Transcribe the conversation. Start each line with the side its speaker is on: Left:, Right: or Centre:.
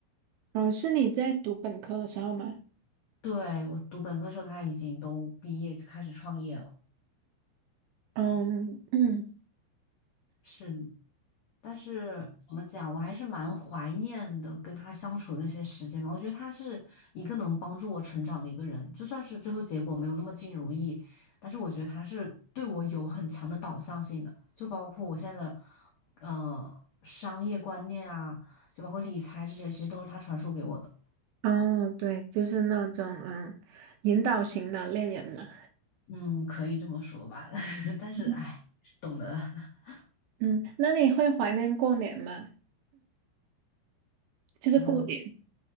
Right: 哦，是你在读本科的时候吗？
Left: 对，我读本科时候，他已经都毕业开始创业了。
Right: 嗯嗯，
Left: 是的但是怎么讲，我还是蛮怀念的跟他相处的那些时间吧。我觉得他是一个能帮助我成长的一个人，就算是最后结果没有那么尽如意，但是我觉得他是对我有很强的导向性的，就包括我现在的呃商业观念啊，就包括理财这些，其实都是他传输给我的。
Right: 哦，对，就是那种嗯，引导型的恋人嘛。
Left: 嗯，可以这么说吧，<laughs> 但是哎，
Right: 嗯，
Left: 懂得。<laughs>
Right: 嗯那你会怀念过年吗？就是过年，
Left: 嗯